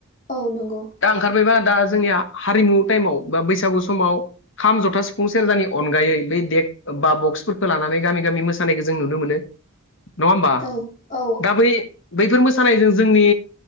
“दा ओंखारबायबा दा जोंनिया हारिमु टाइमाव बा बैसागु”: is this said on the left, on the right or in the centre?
Left